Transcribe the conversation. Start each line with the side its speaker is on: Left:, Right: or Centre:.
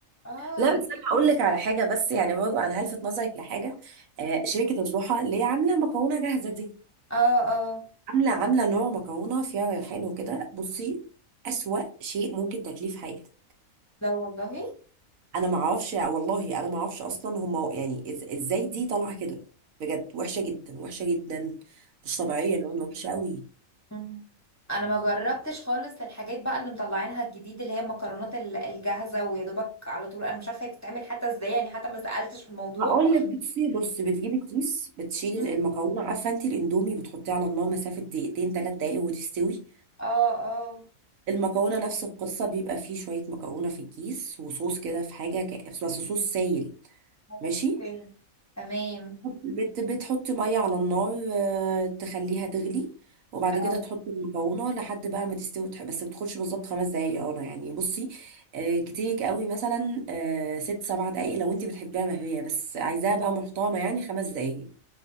Left: اه
Right: لا بس انا هقول لك على حاجه بس يعني برضه انا هلفت نظرك لحاجه آه شركه الضحى اللي هي عامله مكرونه جاهزه دي
Left: اه اه
Right: عامله عامله نوع مكرونه فيها ريحان وكده بصي اسوأ شيء ممكن تاكليه في حياتك
Left: لا والله
Right: انا ما اعرفش والله انا ما اعرفش اصلا هم يعني إز... ازاي دي طالعه كده بجد وحشه جدا وحشه جدا مش طبيعيه انا وحشه قوي
Left: مم. انا ما جربتش خالص الحاجات بقى اللي مطلعينها الجديد اللي هي المكرونات ال- الجاهزه ويا دوبك على طول انا مش عارفه هي بتتعمل حتى ازاي يعني حتى ما سالتش في الموضوع
Right: هقول لك بصي بص بتجيبي الكيس بتشيلي
Left: مم.
Right: المكرونه عارفه انت الاندومي بتحطيه على النار مسافه دقيقتين ثلاث دقايق وتستوي
Left: اه اه
Right: المكرونه نفس القصه بيبقى فيه شويه مكرونه في الكيس وصوص كده في حاجه ك... بس صوص سايل
Left: آه،
Right: ماشي
Left: اوكي تمام
Right: بت بتحطي ميه على النار آه، تخليها تغلي وبعد
Left: اه
Right: كده تحطي المكرونه لحد بقى ما تستوي وتح- بس ما تدخلش بالظبط خمس دقايق يا رنا يعني بصي آه، كتير قوي مثلا آه، ست سبع دقايق لو انت بتحبيها مهويه بس عايزاها بقى محترمه يعني خمس دقايق